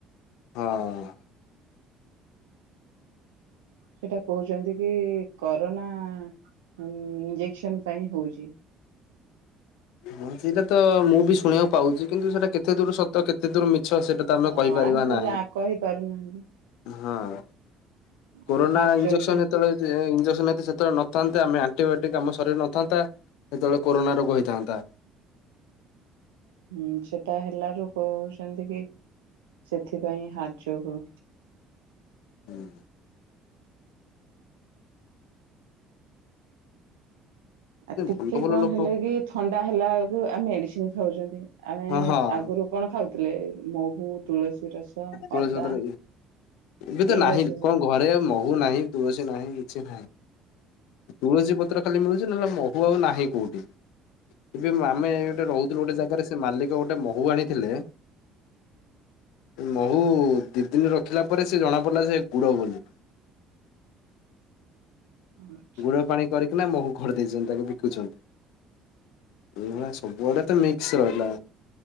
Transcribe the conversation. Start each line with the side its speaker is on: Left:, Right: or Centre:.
Left: ହଁ।
Right: ସେଟା କହୁଛନ୍ତି କି କରୋନା ଇଞ୍ଜେକ୍ସନ ପାଇଁ ହଉଚି।
Left: ହଁ ସେଇଟା ତ ମୁଁ ବି ଶୁଣିବାକୁ ପାଉଛି କିନ୍ତୁ ସେଇଟା କେତେ ଦୂର ସତ କେତେ ଦୂର ମି ଆଛ ସେଟା ତ ଆମେ
Right: ହଁ
Left: କହିପାରିବା
Right: ଆମେ ତ
Left: ନାହିଁ
Right: ଯା କହିପାରୁନାହାନ୍ତି
Left: ହଁ। କରୋନା
Right: ଆଉ ହାର୍ଟ ଚୋକ୍
Left: ଇଜେକସନ୍
Right: ଟା।
Left: ଯେତବେଳେ ଇଜେକସନ୍ ଯେ ଯେତେବେଳେ ନଥାନ୍ତେ ଆମେ ଆଣ୍ଟିବାୋଟିକ୍ ଆମ ଶରୀରରେ ନଥାନ୍ତା ଯେତେବେଳେ କରୋନା ରୋଗ ହେଇଥାନ୍ତା
Right: ହୁଁ ସେଟା ହେଲାରୁ କହୁଛନ୍ତି କି ସେଥିପାଇଁ ହାର୍ଟଚୋକ୍।
Left: <inaudible>
Right: ଆ ଟିକେ
Left: ଭଲ ଭଲ
Right: କଣ
Left: ଲୋକ
Right: ହେଲେ କି ଥଣ୍ଡା ହେଲା ବେଳକୁ ଆ ମେଡିସିନ ଖାଉଛନ୍ତି। ଆମେ
Left: ହଁ ହଁ
Right: ଆଗରୁ କଣ ଖାଉଛୁ? ମହୁ ତୁଳସୀ। ରସ,
Left: ତୁଳସୀ
Right: ଅଦା
Left: ପତ୍ର ଏବେ ତ
Right: ଏଇଗୁରା
Left: ନାହିଁ
Right: ସବୁ।
Left: କଣ ଘରେ ମହୁ ନାହିଁ ତୁଳସୀ ନାହିଁ କିଛି ନାହିଁ ତୁଳସୀ ପତ୍ର ଖାଲି ମିଳୁଛି ନହେଲେ ମହୁ ଆଉ ନାହିଁ କୋଉଠି। ଏବେ ଆମେ ଗୋଟେ ରହୁ ଗୋଟେ ଜାଗାରେ ସେ ମାଲିକ ଗୋଟେ ମହୁ ଆଣିଥିଲେ ମହୁ ଦି ଦିନ ରଖିଲା ପରେ ସେ ଜଣା ପଡିଲା ସେ ଗୁଡ ବୋଲି।
Right: ଆଚ୍ଛା
Left: ଗୁଡ ପାଣି କରିକି ନା ମହୁ ଘରେ ଦେଇଛନ୍ତି ତାକୁ ବିକୁଛନ୍ତି ସବୁଆଡେ ତ ମିକସ ରହିଲା